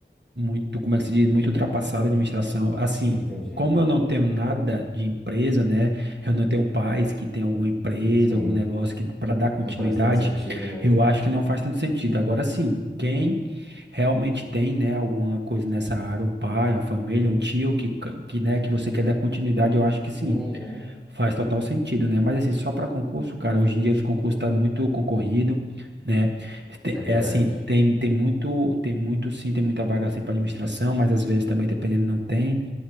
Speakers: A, on the right (about 70°); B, in the centre.
A: muito, como é que se diz, muito ultrapassada a administração. Assim,
B: Entendi.
A: como eu não tenho nada de empresa, né? Eu não tenho pais que tem alguma empresa,
B: Sim,
A: algum negócio que para dar continuidade,
B: não faz tanto sentido, né?
A: eu acho que não faz tanto sentido. Agora sim, quem realmente tem, né, alguma coisa nessa área, um pai, uma família, um tio que, que né, que você quer dar continuidade, eu acho que sim.
B: Uhum.
A: Faz total sentido, né? Mas assim, só para concurso, cara, hoje em dia os concursos tá muito concorrido, né? Te-
B: É
A: É
B: verdade.
A: assim, tem, tem muito, tem muito sim, tem muita vaga assim para administração, mas às vezes também dependendo não tem.